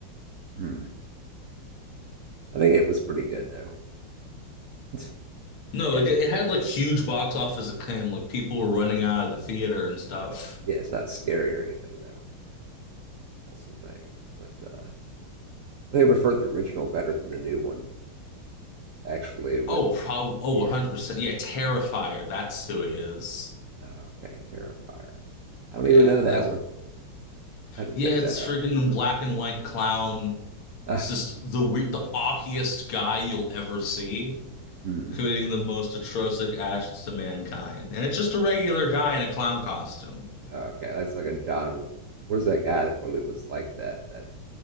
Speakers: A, on the right; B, on the left.
A: Hmm. I think it was pretty good though. <laughs>
B: No,
A: it,
B: it, it had
A: it was
B: like
A: pretty
B: huge
A: good.
B: box office acclaim. Like people were running out of the theater and stuff.
A: Yeah, it's not scary or anything though. That's the thing. But uh, I think I preferred the original better than the new one. Actually, with
B: Oh, probably.
A: the,
B: Oh,
A: yeah.
B: 100%. Yeah, Terrifier. That's who he is.
A: Oh, okay, Terrifier. I don't
B: Yeah,
A: even know that
B: that's
A: one. I have to
B: Yeah,
A: check
B: it's
A: that out.
B: freaking
A: Yeah.
B: black and white clown.
A: Ah,
B: It's just the weird, the awkiest guy you'll ever see,
A: hmm.
B: committing the most atrocious acts to mankind. And it's just a regular guy in a clown costume.
A: Okay, that's like a John. What is that guy that really was like that? That